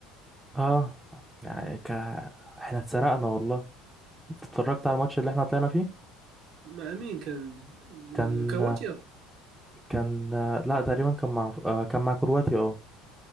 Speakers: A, in the centre; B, on the right.
A: اه يعني ك... احنا اتسرقنا والله انت اتفرجت على الماتش اللي احنا طلعنا فيه
B: مع مين كان
A: كان
B: آه، كرواتيا
A: كان لا تقريبا كان مع آه، كان مع كرواتيا اه